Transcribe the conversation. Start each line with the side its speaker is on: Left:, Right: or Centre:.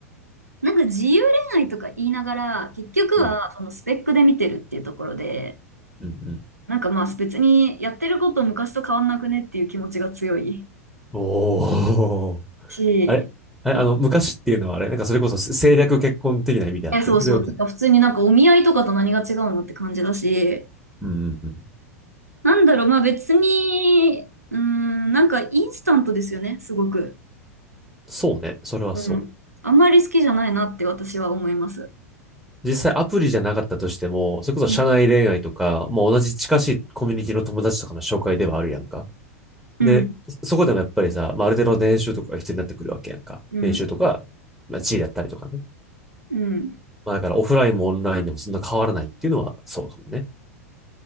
Right: なんか自由恋愛とか言いながら、結局はそのスペックで見てるっていうところで、
Centre: うん、うん、うん。
Right: なんかまあ別にやってること昔と変わんなくねっていう気持ちが強い
Centre: おー。
Right: し、
Centre: あれ、あれあの、
Right: うん
Centre: 昔っていうのはあれ、なんかそれこそ政略結婚的な意味でやってる。
Right: え、そうそう、
Centre: そういうわけじゃない。
Right: てか普通になんかお見合いとかと何が違うのって感じだし、
Centre: うんうんうん。
Right: なんだろう、まあ別に、うーん、なんかインスタントですよね、すごく。
Centre: そうね。それはそう。
Right: うん。あんまり好きじゃないなって私は思います。
Centre: 実際アプリじゃなかったとしても、それこそ社内恋愛とか、
Right: うん、
Centre: もう同じ近しいコミュニティの友達とかの紹介ではあるやんか。
Right: うん、
Centre: で、そこでもやっぱりさ、まあ、ある程度の練習とかが必要になってくるわけやんか。
Right: う
Centre: 練習とか、まあ、地位だったりとかね。
Right: ん、
Centre: まあだからオフラインもオンラインでもそんな変わらないっていうのはそうかもね。